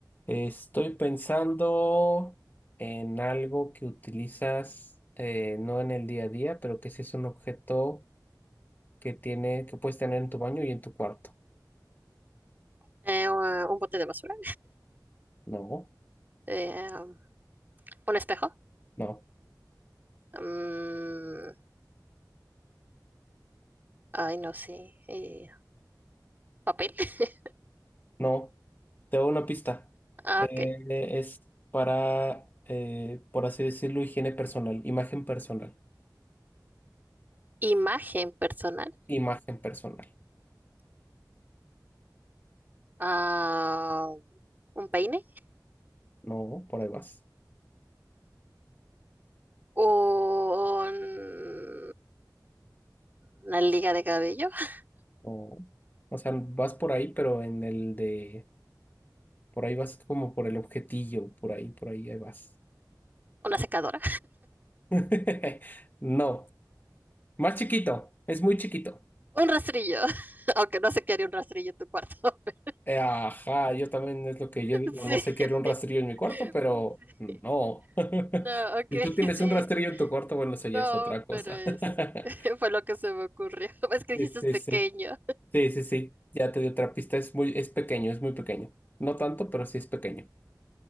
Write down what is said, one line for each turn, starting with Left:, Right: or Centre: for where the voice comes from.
Left: Estoy pensando en algo que utilizas eh, no en el día a día, pero que sí es un objeto que tiene, que puedes tener en tu baño y en tu cuarto.
Right: Eh, un bote de basura,
Left: No,
Right: eh, um, un espejo,
Left: no,
Right: mm, ay, no sé, eh, papel, <laughs>
Left: no. Te doy una pista.
Right: ah,
Left: Eh,
Right: ok,
Left: es para, eh, por así decirlo, higiene personal, imagen personal,
Right: imagen personal,
Left: imagen personal.
Right: ah, un peine,
Left: No, por ahí vas.
Right: un- una liga de cabello, <laughs>
Left: No. O sea, vas por ahí, pero en el de, por ahí vas como por el objetillo, por ahí, por ahí, ahí vas.
Right: una secadora,
Left: <laughs> No, más chiquito, es muy chiquito.
Right: un rastrillo, <laughs> aunque no sé qué haría un rastrillo en tu cuarto. <laughs>
Left: Eh, ajá, yo también es lo que yo digo,
Right: Sí,
Left: no sé qué era un rastrillo en mi cuarto, pero
Right: sí.
Left: no. <laughs>
Right: No, ok,
Left: Si tú
Right: <laughs>
Left: tienes
Right: sí,
Left: un rastrillo en tu cuarto, bueno, eso
Right: no,
Left: ya es otra cosa.
Right: pero es... <laughs>
Left: <laughs>
Right: fue lo que se me ocurrió. <laughs> Es que
Left: Sí,
Right: dijiste
Left: sí,
Right: es pequeño.
Left: sí, sí, sí, sí, ya te di otra pista, es muy, es pequeño, es muy pequeño. No tanto, pero sí es pequeño.